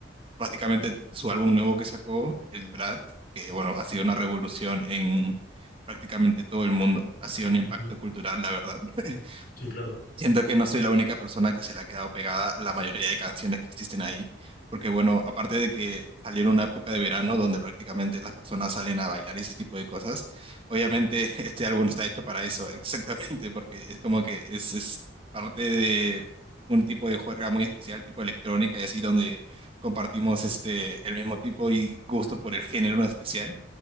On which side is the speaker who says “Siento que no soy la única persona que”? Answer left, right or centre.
Right